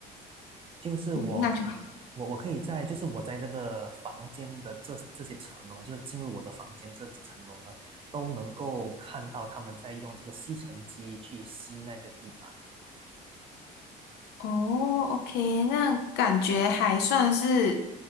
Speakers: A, on the right; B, on the left.
A: 就是我可以，
B: 嗯，那就好。
A: 我我可以在，就是我在这个房间的这这些层楼嘛就是进入我的房间这几层楼呢，都能够看到他们在用这个吸尘机去吸那个地板。
B: 哦，OK，那感觉还算是